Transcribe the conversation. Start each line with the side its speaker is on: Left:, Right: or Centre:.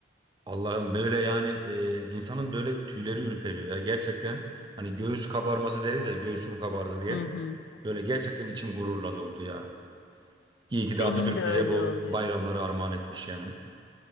Right: Allah'ım böyle yani e, insanın böyle tüyleri ürperiyor ya gerçekten hani göğüs kabarması deriz ya göğsüm kabardı diye
Left: hı hı.
Right: böyle gerçekten içim gururla doldu ya. İyi ki de
Left: Benim
Right: Atatürk
Left: de öyle
Right: bize bu
Left: oluyor.
Right: bayramları armağan etmiş yani.